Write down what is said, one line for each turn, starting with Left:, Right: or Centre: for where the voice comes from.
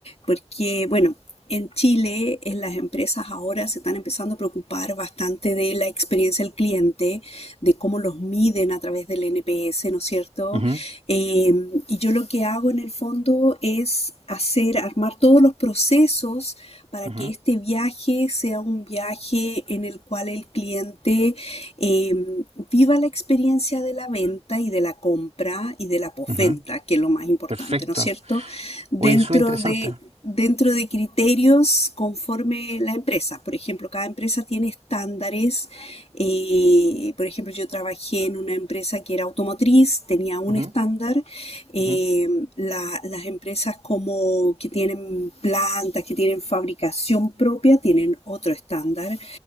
Left: porque, bueno, en Chile, en las empresas ahora se están empezando a preocupar bastante de la experiencia del cliente, de cómo los miden a través del NPS, ¿no es cierto?
Right: Ujú,
Left: Eh, y yo lo que que hago en el fondo es hacer, armar todos los procesos para
Right: ujú,
Left: que este viaje sea un viaje en el cual el cliente eh, viva la experiencia de la venta y de la compra y de la postventa
Right: ujú.
Left: que es lo más importante,
Right: Perfecto.
Left: ¿no es cierto? Dentro
Right: Oye, eso es interesante.
Left: de dentro de criterios conforme la empresa. Por ejemplo, cada empresa tiene estándares. eh, por ejemplo, yo trabajé en una empresa que era automotriz, tenía un
Right: Ujú,
Left: estándar. eh,
Right: ujú.
Left: la- las empresas como que tienen plantas, que tienen fabricación propia, tienen otro estándar.